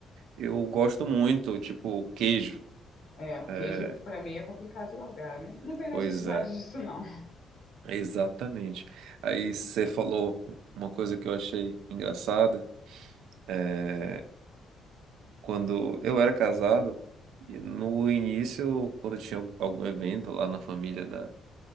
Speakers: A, on the right (about 80°); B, on the left (about 55°).
A: eu gosto muito, tipo queijo.
B: É,
A: É,
B: queijo pra mim é complicado de largar. Não, não tem necessidade
A: pois é,
B: disso, não.
A: exatamente. Aí você falou uma coisa que eu achei engraçada. é, Quando eu era casado, e no início, quando tinha algum evento lá na família da,